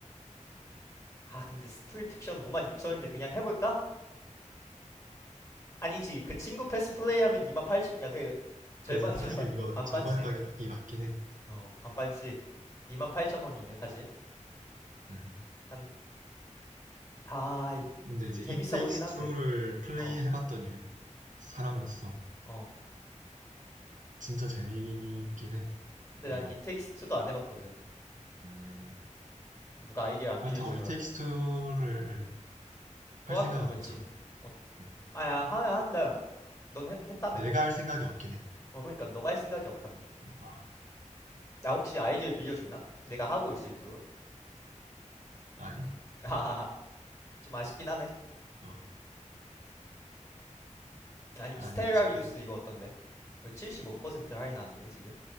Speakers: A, on the left; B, on the right.
A: 아, 근데 스프리픽션 56,000원인데 그냥 해볼까? 아니지. 그 친구 패스 플레이하면 28,000, 야, 그 절반
B: 그지? 사실
A: <laughs> 절반
B: 이거
A: 반반씩.
B: 절반 가격이 맞긴 해.
A: 어, 반반씩 28,000원이네 사실.
B: 음.
A: 난 아, 이-
B: 근데 이제
A: 재밌어
B: It Takes
A: 보이긴 한데.
B: Two를 플레이해봤던
A: 어,
B: 유- 사람으로서
A: 어.
B: 진짜 재미있긴 해
A: 근데
B: 게임이.
A: 난 이텍스트도 안 해봤거든.
B: 음,
A: 누가 아이디어 안
B: 그렇다고
A: 빌려주더라고.
B: It Takes Two를 할
A: 또
B: 생각은
A: 하는 건 그렇지.
B: 없잖아.
A: 어,
B: 응.
A: 아야 하면 한다. 넌 했, 했다며.
B: 내가 할 생각이 없긴 해.
A: 어 그러니까 너가 할 생각이 없다며.
B: 아
A: 나 혹시 아이디어 빌려주나? 내가 하고 올 수 있도록.
B: 아니
A: 아하하. <laughs> 좀 아쉽긴 하네.
B: 어
A: 아니면
B: 아니
A: 스테라리우스
B: 이제
A: 이거 어떤데? 이거 75% 할인하는데 지금.